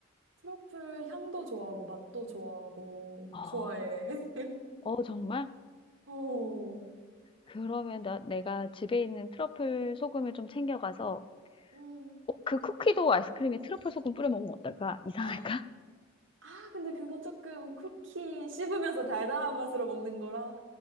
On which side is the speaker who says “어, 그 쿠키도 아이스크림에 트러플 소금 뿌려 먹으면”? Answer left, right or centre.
Left